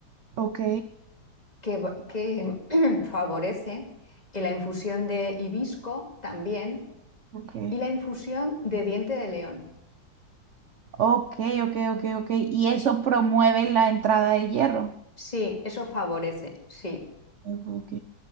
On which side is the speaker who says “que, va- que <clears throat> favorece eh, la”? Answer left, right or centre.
Left